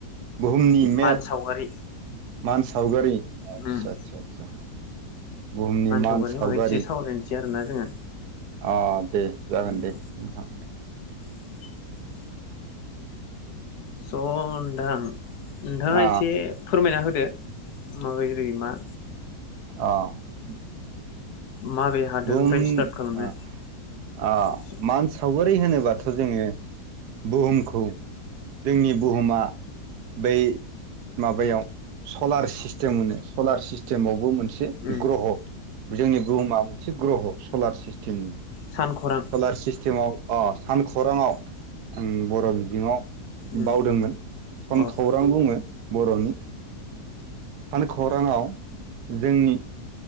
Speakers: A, on the right; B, on the left.
A: बुहुमनि मेद
B: मान सावगारि
A: मान सावगारि आदसा
B: उम
A: आदसा सा बुहुमनि मान
B: सावगारिनि
A: सावगारि
B: बागै एसे सावरायनोसै आरोना जोङो
A: अ' दे जागोन
B: उम
A: दे नोंथां।
B: <inaudible> स' नोंथां नोंथाङा
A: अ
B: इसे फोरमायना होदो मा बोरै मा?
A: अह
B: माबे हादोरनिफ्राय
A: बुहुम
B: स्टार्ट खालामनो
A: ओ
B: एसे
A: मान सावगारि होनोबाथ' जोङो बुहुमखौ जोंनि बुहुमा बै माबायाव सलार सिस टेम होनो सलार सिस्टेमाव बुहुम मोनसे
B: दे
A: ग्रह जोंनि बुहुमा मोनसे ग्रह' सलार सिस्टेमनि
B: सानखरां
A: सलार सिस्टेमाव अ सान खौराङाव आं बर' बिजोङाव
B: अ
A: बावदोंमोन सानखौरां
B: उम
A: बुङो बर'नि सान खौराङाव जोंनि